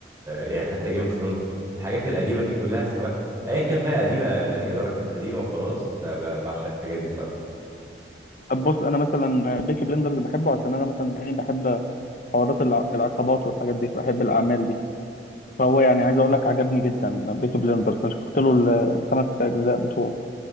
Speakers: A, on the right (about 15°); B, on the left (about 45°).
A: يعني حتى جيم اوف ثرونز الحاجات القديمه دي كلها سواء ايا كان بقى قديمه لانهي درجه قديمه وخلاص ب- ب- بعشق الحاجات دي بصراحه
B: طب بص انا مثلا بيكي بلندرز بحبه عشان انا مثلا ايه بحب حوارات الع- العصابات والحاجات دي بحب الاعمال دي فهو يعني عايز اقول لك عجبني جدا بيكي بليندرز انا شفت له ال- الخمس اجزاء بتوعه